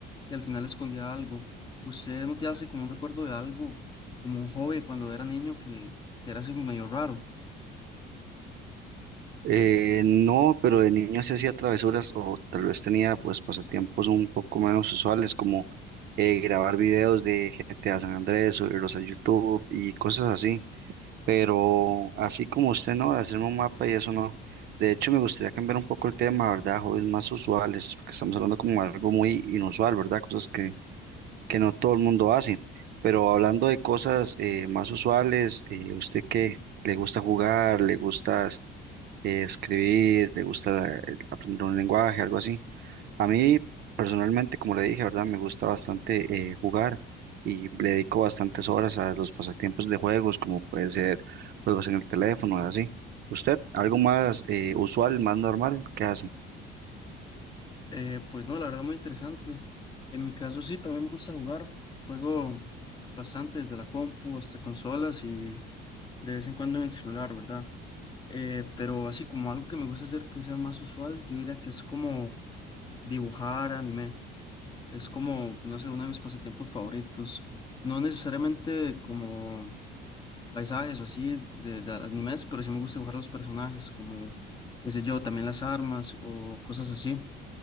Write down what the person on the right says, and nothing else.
Eh, no, pero de niño sí hacía travesuras o tal vez tenía pues pasatiempos un poco menos usuales como eh, grabar videos de GTA San Andrés, subirlos a YouTube y cosas así. pero así como usted no, de hacerme un mapa y eso no. De hecho, me gustaría cambiar un poco el tema, ¿verdad? Hobbies más usuales, porque estamos hablando como algo muy inusual, ¿verdad? Cosas que, que no todo el mundo hace. Pero hablando de cosas eh, más usuales, eh, ¿usted qué? ¿Le gusta jugar? ¿Le gusta eh, escribir? ¿Le gusta eh, aprender un lenguaje? Algo así. A mí personalmente, como le dije, ¿verdad? Me gusta bastante eh, jugar y le dedico bastantes horas a los pasatiempos de juegos, como pueden ser juegos en el teléfono y así. ¿Usted algo más eh, usual, más normal? ¿Qué hace?